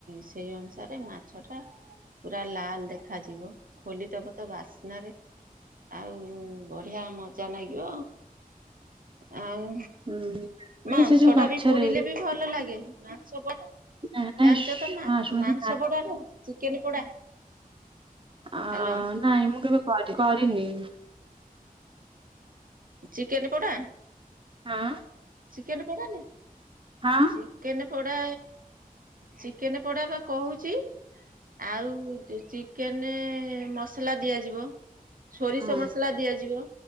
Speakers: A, on the right; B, on the right.
A: ସେଇ ଅନୁସାରେ ମାଛ ଟା ପୁରା ଲାଲ ଦେଖାଯିବ ଖୋଲିଦବ ତ ବାସ୍ନାରେ ଆଉ ବଢିଆ ମଜା ଲାଗିବ ଆଉ ଆଉ
B: ହୁଁ ମାନେ
A: ମାଂସଟା
B: ସେ ଯୋଉ ମାଛରେ
A: ବି ପୋଡିଲେ ବି ଭଲ ଲାଗେ ମାଂସ ପଡା
B: ନାଇଁ
A: ଜାଣିଛ ତ
B: ହଁ ଶୁଣ
A: ମାଂସ
B: ସେ
A: ପୋଡାର ଚିକେନ ପୋଡା
B: ଅ
A: ହ୍ୟାଲୋ
B: ନାଇଁ ମୁଁ କେବେ କରି କ ନି
A: ଚିକେନ ପୋଡା
B: ହଁ
A: ଚିକେନ ପୋଡା
B: ହଁ
A: ଚିକେ ପୋଡା ଚିକେନ ପୋଡା ବା କହୁଛି ଆଉ ଚିକେନ ମସ ମସଲା ଦିଆଯିବ ସୋରିଷ
B: ହଁ।
A: ମସଲା ଦିଆଯିବ।